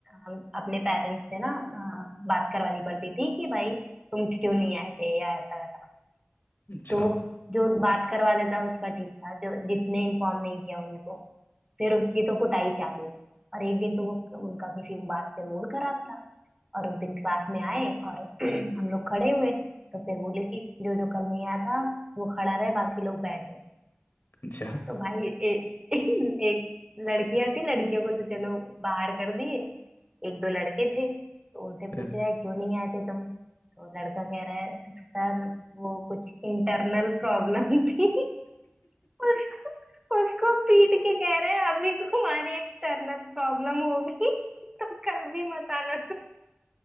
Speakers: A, on the right (about 15°); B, on the left (about 60°).
A: हम अपने पेरेंट्स से ना अ, बात करवानी पड़ती थी कि भाई तुम क्यों नहीं आए थे या ऐसा वैसा
B: अच्छा
A: तो जो बात करवा देता उसका ठीक था जो जिसने इन्फॉर्म नहीं किया उनको फिर उसकी तो कुटाई चालू और एक दिन तो वो उनका किसी बात से मूड खराब था और उस दिन क्लास में आए और <clears throat> हम लोग खड़े हुए तो फिर बोले कि जो जो कल नहीं आया था वो खड़ा रहे बाकी लोग बैठ गए
B: अच्छा
A: तो भाई ए, <laughs> ए, एक लड़कियां थी लड़कियों को तो चलो बाहर कर दिए एक दो लड़के थे तो उनसे
B: फिर
A: पूछ रहा है क्यों नहीं आए थे तुम तो लड़का कह रहा है सर वो कुछ इंटरनल प्रॉब्लम थी <laughs> उसको उसको पीट के कह रहे हैं अभी तुम्हारी एक्सटर्नल प्रॉब्लम होगी तो कल भी मत आना